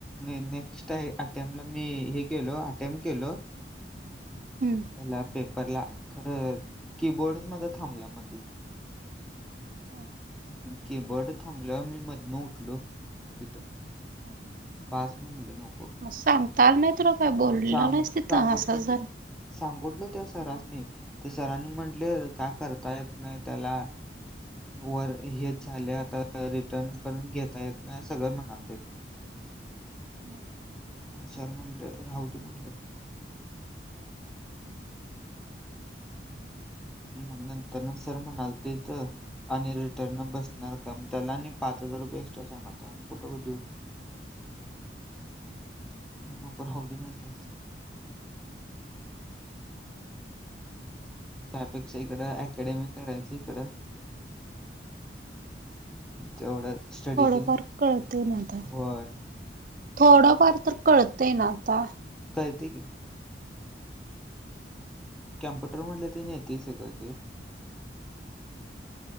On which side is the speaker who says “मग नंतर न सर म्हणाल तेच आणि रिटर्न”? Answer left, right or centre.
Centre